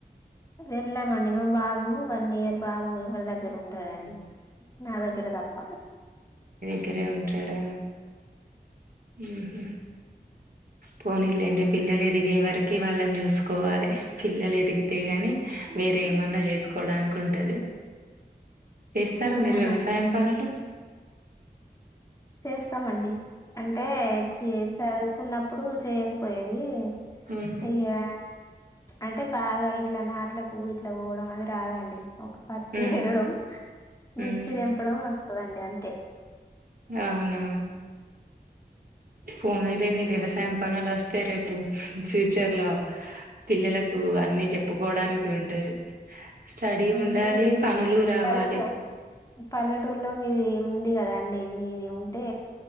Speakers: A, on the left; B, on the right.
A: వెళ్ళామండి మా బాబు వన్ ఇయర్ బాబు ఎవరి దగ్గర ఉండడండి నా దగరతప్ప
B: ఇక్కరే ఉంటడా ఊహు పోనీలేండి పిల్లలు ఎదిగే వరకి వాళ్ళని చూసుకోవాలి పిల్లలు ఎదిగితే గాని వేరే ఏమన్నా చేసుకోవడానికి ఉంటది స్తారా మీరు
A: అవునండి
B: వ్యవసాయం పనులు
A: చేస్తామండి అంటే చి చదువుకున్నప్పుడు చేయకపోయేది
B: ఉహు
A: దీ ఇగా అంటే బాగా ఇట్ల నాట్లకూ ఇట్లా పోవడం అది రాదండి ఒక పత్తి
B: ఉమ్
A: ఎరడం మిర్చి
B: ఉమ్
A: దెంపడం వస్తదండి అంతే
B: అవునా పోనీలేండి వ్యవసాయం పనులు వస్తే రేపు ఫ్యూచర్ లో పిల్లలకు అ అన్నీ చెప్పుకోవడానికి ఉంటది స్టడీ
A: ఆ
B: ఉండాలి
A: మీ
B: పనులు రావాలి
A: పల్లెటూ పల్లెటూరులో మీది ఉంది కదా అండి మీది ఉంటే